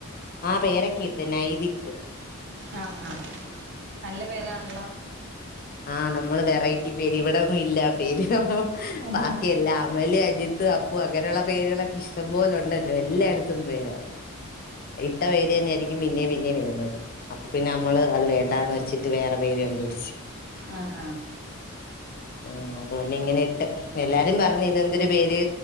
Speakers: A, on the left; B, on the right.
A: ആ പേരൊക്കെ ഇട്ട് നൈദിക്ക്
B: ആഹ് ആഹ് നല്ല പേരാണല്ലോ
A: ആഹ് നമ്മള് വെറൈറ്റി പേര് ഇവിടൊന്നും ഇല്ല പേര്
B: ആഹ്
A: ബാക്കി എല്ലാ അമല് അജിത്ത് അപ്പു അങ്ങനെയുള്ള പേരുകളൊക്കെ ഇഷ്ടം പോലെ ഉണ്ടല്ലോ എല്ലായിടത്തും പേരാണ് ഇട്ട പേര് തന്നെയായിരിക്കും പിന്നേം പിന്നേം വരുന്നത് അപ്പൊ പിന്നെ നമ്മള് അത് വേണ്ടാന്ന് വെച്ചിട്ട് വേറെ പേര് കണ്ടുപിടിച്ച്
B: ആഹ് ആഹ്
A: ആഹ് അതുകൊണ്ട് ഇങ്ങനെ ഇട്ട് എല്ലാരും പറഞ്ഞു ഇതെന്തൊരു പേര്